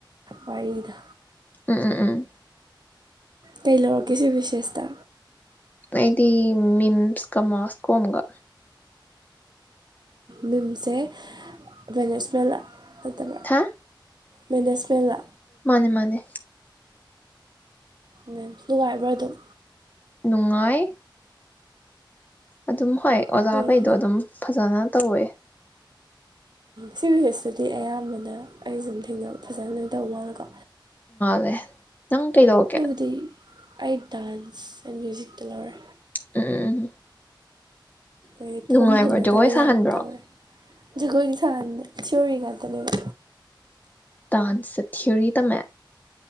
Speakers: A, on the right; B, on the left.
A: ꯋꯥꯔꯤꯗꯣ
B: ꯎꯝ ꯎꯝ ꯎꯝ
A: ꯀꯩ ꯂꯧꯔꯒꯦꯁꯨ ꯕꯤꯁꯦꯁꯇ
B: ꯑꯩꯗꯤ ꯃꯤꯝꯁꯀ ꯃꯥꯁꯀꯣꯝꯒ
A: ꯃꯤꯨꯝꯁꯦ ꯃꯦꯅꯦꯖꯃꯦꯟꯂ ꯂꯩꯇꯕ꯭ꯔ
B: ꯍꯥ
A: ꯃꯦꯅꯦꯖꯃꯦꯟꯂ
B: ꯃꯥꯅꯦ ꯃꯥꯅꯦ
A: ꯃꯦꯝꯁꯨ ꯅꯨꯡꯉꯥꯏꯕ꯭ꯔꯥ ꯑꯗꯨꯝ
B: ꯅꯨꯡꯉꯥꯏ ꯑꯗꯨꯝ ꯍꯣꯏ
A: ꯑꯩꯈꯣꯏ
B: ꯑꯣꯖꯥꯈꯩꯗꯣ ꯑꯗꯨꯝ ꯐꯖꯅ ꯇꯋꯏꯦ
A: ꯁꯤ ꯚꯚꯦꯁꯇꯗꯤ ꯑꯌꯥꯝꯕꯅ ꯑꯩ ꯁꯨꯝ ꯊꯦꯡꯅ ꯐꯖꯅ ꯂꯣꯏꯅ ꯇꯧꯕ ꯃꯥꯂꯦꯀꯣ
B: ꯗꯦ ꯅꯪ ꯀꯩꯗꯧꯀꯦ
A: ꯑꯗꯨꯕꯨꯗꯤ ꯑꯩ ꯗꯥꯟꯁ ꯑꯦꯟ ꯃ꯭ꯌꯨꯖꯤꯛꯇ ꯂꯧꯔꯦ
B: ꯎꯝ ꯎꯝ
A: ꯑꯗꯤ
B: ꯅꯨꯡꯉꯥꯏꯕ꯭ꯔꯣ
A: ꯐꯣꯝ ꯐꯪꯅꯗꯕꯒꯤ
B: ꯖꯒꯣꯏ ꯁꯥꯍꯟꯕ꯭ꯔꯣ
A: ꯇꯧꯋꯦ ꯖꯒꯣꯏꯗꯤ ꯁꯥꯗ ꯁꯤꯌꯣꯔꯤ ꯉꯥꯛꯇꯅꯦꯕ
B: ꯇꯥꯟ ꯁꯦ ꯊꯤꯌꯔꯤ ꯇꯝꯃꯦ